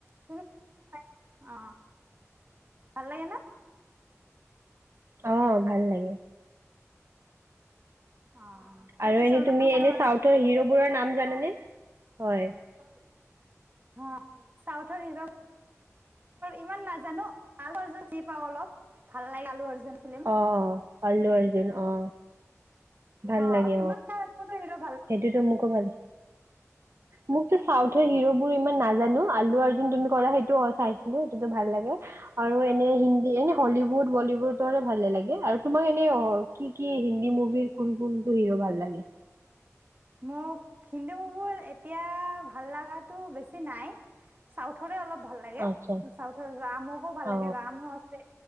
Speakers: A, on the right; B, on the right.
A: তুমি অ ভাল লাগে না
B: অ ভাল লাগে
A: অ তাতে
B: আৰু এনেই
A: চলমান
B: তুমি
A: খানো
B: এনে চাউথৰ হিৰবোৰৰ নাম জানানে। হয়
A: তি অ চাউথৰ হি ইমান নাজানো আলু পাও অলপ ভাল লাগে আলু। অৰ্জুন ফিল্ম
B: অ অ আ্লু অৰ্জুন অ। ভাল
A: অ
B: লাগে
A: তো ম ক। হিলবোৰক।
B: সেইটোতো মোকো ভাল। মোক তো চাউথৰ হিৰোবোৰ ইমান নাজ। জানো আলু য তুমি কৰা সেইটো চাইছিলো সেইটোতো ভাল লাগে আৰু এনে হিন্দী এনে হলিউড বলিউডৰে ভালে লাগে আৰু তোমাক এনে। কি কি হিন্দী মুভিৰ কোন কোন। হিৰো ভাল লাগে।
A: মোক হিন্দু মবোৰ এতিয়া ভাল লগাটো বেছি নাই চাউথৰে অলপ। ভাল লাগে
B: আচ্ছা
A: চাউথৰ ৰামকো ভাল
B: অ
A: লাগে ৰামো আছে?